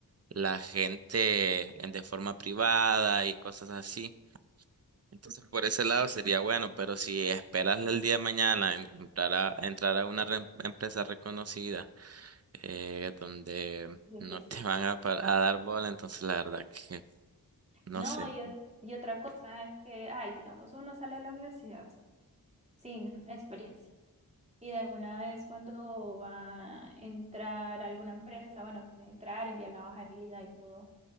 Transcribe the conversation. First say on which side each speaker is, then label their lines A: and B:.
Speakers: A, on the right; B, on the right.
A: la gente en- de forma privada y cosas así. Entonces, por ese lado sería bueno, pero si esperas el día de mañana en- entrar a, entrar a una re- empresa reconocida eh, donde
B: Difícil.
A: no te van a, par- a dar bola, entonces la verdad que no
B: No,
A: sé.
B: y, ot- y otra cosa es que, ay, digamos, uno sale de la universidad sin experiencia. Y de una vez cuando va a entrar a alguna empresa, bueno, quiere entrar, envía la hoja de vida y todo.